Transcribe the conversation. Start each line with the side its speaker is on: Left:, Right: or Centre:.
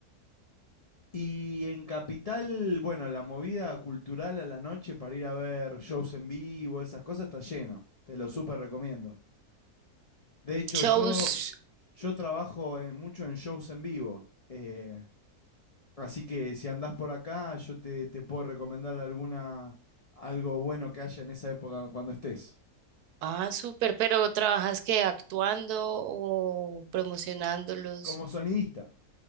Left: Y en Capital, bueno, la movida cultural a la noche para ir a ver shows en vivo, esas cosas, está lleno. Te lo súper recomiendo. De hecho,
Right: Shows.
Left: yo, yo trabajo en- mucho en shows en vivo. eh, así que si andás por acá, yo te, te puedo recomendar alguna, algo bueno que haya en esa época cuando estés.
Right: Ah, súper, pero ¿trabajas que actuando o promocionándolos?
Left: Como sonidista.